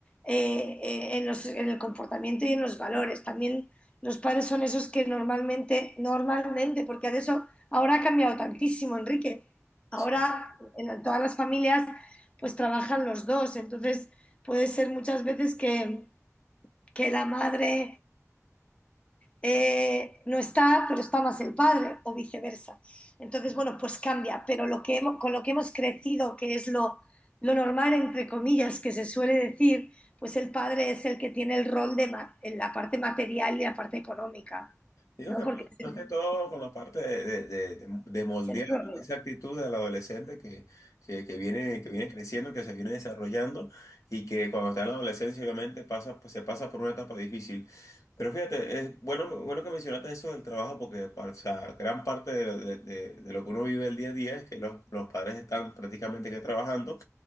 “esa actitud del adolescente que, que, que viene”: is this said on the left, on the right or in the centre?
Left